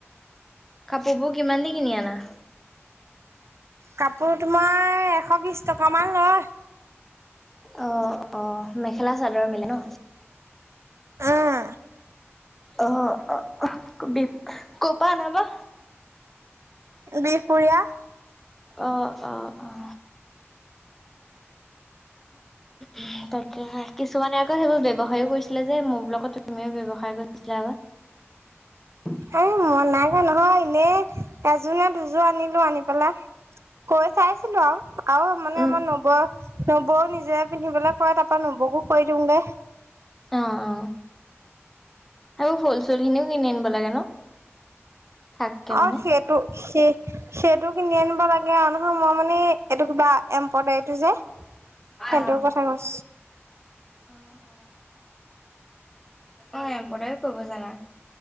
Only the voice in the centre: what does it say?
কাপোৰবোৰ কিমান দি কিনি আনা
অঁ অঁ মেখেলা চাদৰ মিলে ন
আহ আহ বি ক'পা আনাবা
অ অ উ তাকে কিছুমানে আকৌ সেইবোৰ ব্য়ৱসায়ও কৰিছিলা যে মোৰ ব্লকত তুমিও ব্য্য়ৱসায় কৰিছিলা আ
উম
অ অ এইবোৰ ফুল চুল খিনিও কিনি আনিব লাগে ন থাককে মানে
অ
অ অ অ এ বটায়ও কৰিব জানা